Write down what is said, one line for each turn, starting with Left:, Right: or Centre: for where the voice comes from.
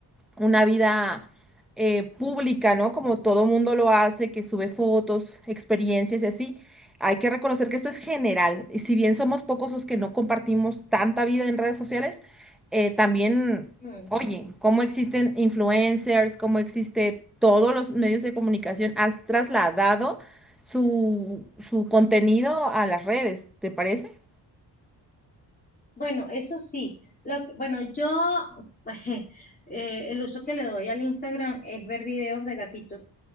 Centre: una vida eh, pública, ¿no? Como todo mundo lo hace, que sube fotos, experiencias y así. Hay que reconocer que esto es general. Y si bien somos pocos los que no compartimos tanta vida en redes sociales, eh, también,
Left: Mm,
Centre: oye, cómo existen influencers, cómo existe todos los medios de comunicación, has trasladado su, su contenido a las redes, ¿te parece? <laughs>
Left: Bueno, eso sí, lo, que- bueno, yo, pues, <laughs> eh, el uso que le doy al Instagram es ver videos de gatitos.